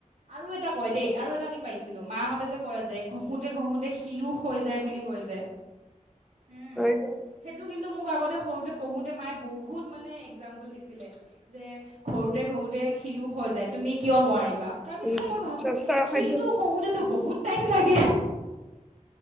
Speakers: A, on the right; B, in the centre.
A: আৰু এটা কয় দেই আৰু এটা আমি পাইছিলো মাহঁতে যে কয় যে ঘঁহোতে ঘঁহোতে শিলো ক্ষয় যায় বুলি কয় যে উম,
B: হয় দে
A: সেইটো কিন্তু মোক আগতে সৰুতে পঢ়োঁতে মায়ে বহুত মানে একজাম্পল দিছিলে যে ঘঁহোতে ঘঁহোতে শিলো ক্ষয় যায়। তুমি কিয় নোৱাৰিবা তাৰপিছত,
B: উম
A: মই ভাবোঁ
B: চেষ্টাৰ
A: শিলটো
B: সাধ্য
A: খহোতেতো বহুত টাইম লাগে।